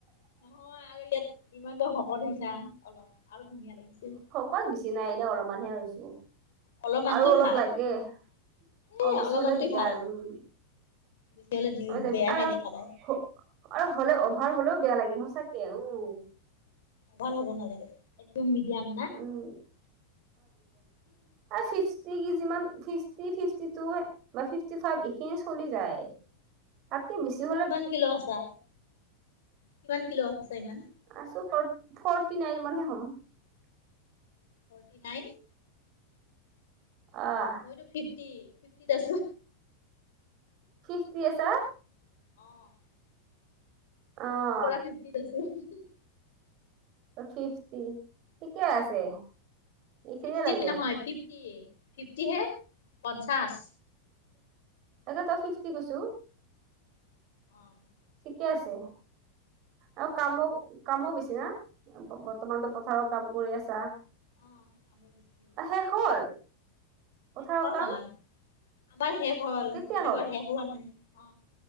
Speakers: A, on the left (about 60°); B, on the right (about 40°).
A: নহয় আৰু ইয়াত ইমানযে শকত হৈছা অলপ আৰু ধুনীয়া লাগিছে।
B: ক'ত বেছি নাই এনেয়ে অলপমান হে হৈছো।
A: অলপমানতো
B: আৰু অলপ
A: ভাল
B: লাগে অ'
A: এ
B: বেছি
A: অলপমানটোৱে
B: হ'লে দিগদাৰ
A: ভাল
B: আৰু উম।
A: বেছি হ'লে দি
B: আমি যাবি
A: বেয়াহে
B: আৰু
A: দেখা পায়।
B: হ- আৰু হ'লে অভাৰ হ'লেও বেয়া লাগে সচাকে অ'।
A: অভাৰ হ'ব নালাগে একদম মিডিয়াম না।
B: উম এ ফিফ টি কেজি মান ফিফটি ফিফটি টু বা ফিফটি ফাইভ এইখিনি চলি যায়। তাতকে বেছি হ
A: কিমান কিলো আছা কিমান কিলো আছা ইমান?
B: আছো ফৰ ফ্ৰটি নাইন মানহে হ'ম।
A: Forty nine?
B: আহ
A: মইতো ফিফটি ফিফটিত আছো।
B: ফিফটি আছা?
A: অ'।
B: অ'।
A: পুৰা ফিফটিত আছো।
B: ফিফটি থিকে আছে। এইখিনিয়ে
A: ছিক্সটি
B: লাগে
A: নহয় ফিফটি ফিফটিহে পঞ্চাছ।
B: তাকেটো ফিফটি কৈছো।
A: অ'।
B: ঠিকে আছে আৰু কামো কামো বেছি না বৰ্তমানতো পথাৰৰ কাম কৰি আছা।
A: অ', কামো বেছি।
B: শেষ হ'ল? পথাৰৰ
A: শেষ হ'ল
B: কাম
A: আমাৰ, আমাৰ শেষ হ'ল
B: কেতিয়া
A: বেলেগৰ
B: হ'ল
A: শেষ হোৱা নাই। অ